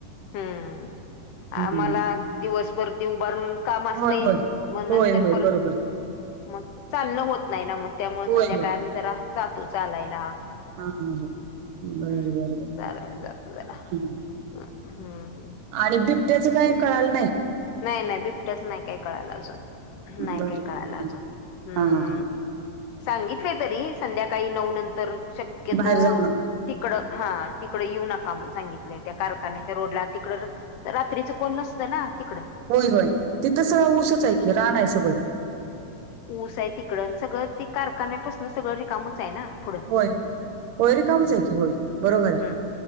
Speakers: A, on the left (about 75°); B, on the right (about 75°).
A: हं
B: हम्म
A: आम्हाला दिवसभर ते उभारून काम असते.
B: होय होय
A: मग नंतर
B: होय होय
A: परत
B: बरोबर
A: मग चालणं होत नाही ना मग त्यामुळे
B: होय
A: संध्याकाळ
B: होय
A: आम्ही जरा जातो चालायला
B: हा हा हा बर
A: हं
B: बर बर
A: चलायला आपल्याला
B: हम्म.
A: हं
B: आणि बिबट्याच काही कळालं नाही.
A: नाही नाही बिबट्याच नाही काही कळायला अजून नाही
B: बर
A: काही कळायला
B: बर हा
A: अजून हं
B: हां, हां, हां.
A: सांगितल. तरी संध्याकाळी नऊ नंतर शक्यतो
B: बाहेर जाऊ नका.
A: तिकडं हा तिकडं येऊ नका म्हण सांगितलंय त्या कारखान्याच्या रोडला तिकडं रात्रीच कोण नसतं ना तिकडं
B: होय होय तिथं सगळं ऊसच आहे, की रान आहे सगळं.
A: ऊस आहे तिकड सगळं ते कारखान्यापासून सगळं रिकामच आहे ना. पुढं
B: होय होय होय रिकामीच
A: हम्म
B: आहे की होय बरोबर आहे.
A: हम्म